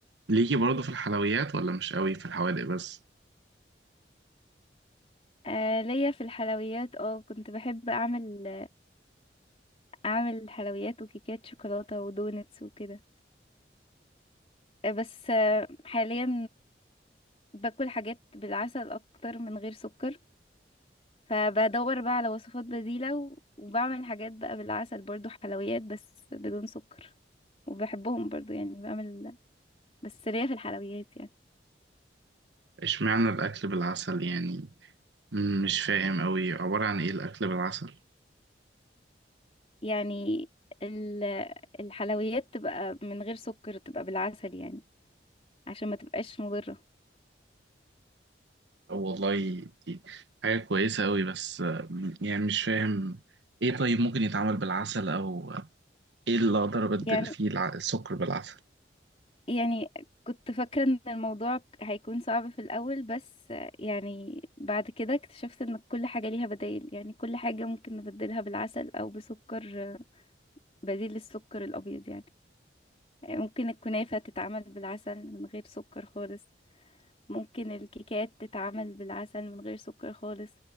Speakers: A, on the right (about 75°); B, on the left (about 30°).
A: ليكي برضه في الحلويات ولا مش قوي في الحوادق بس؟
B: آه ليا في الحلويات اه كنت بحب اعمل اعمل حلويات وكيكات شوكولاتة ودونتس وكده آه، بس آه حاليا باكل حاجات بالعسل اكتر من غير سكر فبدور بقى على وصفات بديلة و- وبعمل حاجات بقى بالعسل برضو حلويات بس بدون سكر وبحبهم برضو يعني بعمل بس ليا في الحلويات يعني
A: اشمعنى الأكل بالعسل يعني مم، مش فاهم أوي عبارة عن إيه الأكل بالعسل
B: يعني ال- الحلويات تبقى من غير سكر تبقى بالعسل يعني عشان ما تبقاش مضرة
A: والله دي حاجة كويسة أوي بس آه، يعني مش فاهم إيه طيب ممكن يتعمل بالعسل أو إيه اللي أقدر أبدل
B: يعني
A: فيه الع- السكر بالعسل
B: يعني كنت فاكرة ان الموضوع ك- هيكون صعب في الاول بس يعني بعد كده اكتشفت ان كل حاجة ليها بدائل يعني كل حاجة ممكن نبدلها بالعسل او بسكر بديل للسكر الابيض يعني يعني ممكن الكنافة تتعمل بالعسل من غير سكر خالص ممكن الكيكات تتعمل بالعسل من غير سكر خالص